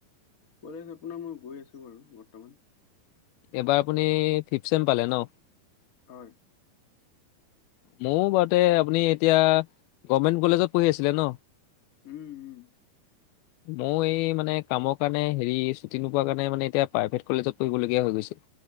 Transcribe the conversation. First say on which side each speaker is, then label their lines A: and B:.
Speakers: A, on the left (about 35°); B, on the left (about 85°).
A: কলেজ আপোনাৰ মই গৈ আছো বাৰু বৰ্তমান।
B: এইবাৰ আপুনি ফিফ চেম পালে ন?
A: হয়।
B: মই বাওতে আপুনি এতিয়া গভমেণ্ট কলেজত পঢ়ি আছিলে ন?
A: উম উম।
B: মই এই মানে কামৰ কাৰণে হেৰি ছুটি নোপোৱা কাৰণে মানে এতিয়া প্ৰাইভেট কলেজত পঢ়িবলগীয়া হৈ গৈছে।